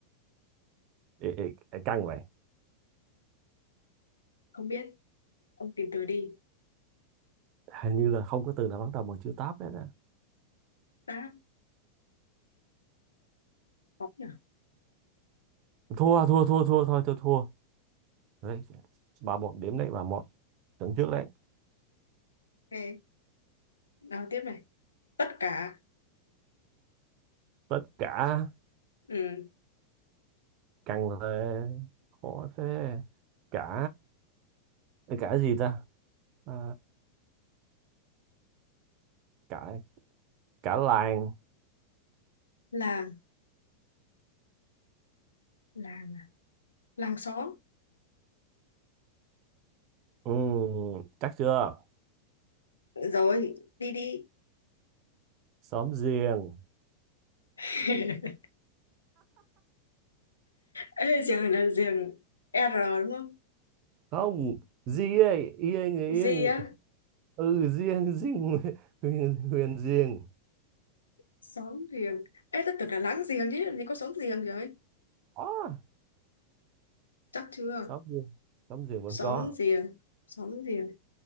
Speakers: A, on the right; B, on the left.
A: ê, ê, ê, căng vậy.
B: không biết ông tìm từ đi
A: Hình như là không có từ nào bắt đầu bằng chữ táp hết á.
B: táp khó nhỉ
A: Thua, thua, thua, thua thôi, tôi thua. Đấy, ba một điểm đấy, ba một. Tưởng trước đấy.
B: ok nào tiếp này tất cả
A: Tất cả
B: ừ
A: căng về khó thế. Cả cả gì ta? À, cả cả làng.
B: làng làng à? làng xóm
A: Ừ, chắc chưa?
B: rồi đi đi
A: Xóm giềng.
B: <laughs> Ê, giường là giường R đúng không
A: Không, gì ấy, yên người yên
B: G á
A: ừ riêng riêng <laughs> huyền huyền riêng
B: xóm giềng Ê, tất tưởng là láng giềng chứ làm gì có xóm giềng rồi
A: có
B: chắc chưa
A: xóm riêng xóm riêng vẫn
B: xóm
A: có
B: giềng xóm giềng